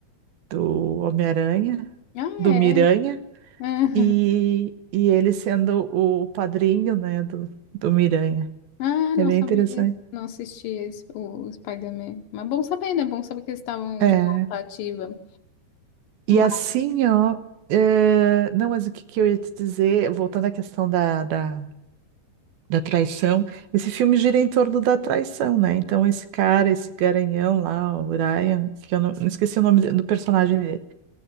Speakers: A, on the right; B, on the left.
A: do Homem-Aranha,
B: Ah,
A: do
B: é.
A: Miranha,
B: <laughs>
A: e, e ele sendo o padrinho, né, do, do Miranha.
B: Ah,
A: É
B: não
A: bem
B: sabia.
A: interessante.
B: Não assisti esse, o, o Spider-Man. Mas bom saber, né? Bom saber que eles estavam
A: É.
B: de volta ativa.
A: E
B: Mas
A: assim, ó. é, Não, mas o que que eu ia te dizer, voltando à questão da, da- da traição. Esse filme gira em torno da traição, né? Então, esse cara, esse garanhão lá, o Ryan, que eu não, não esqueci o nome de- do personagem dele,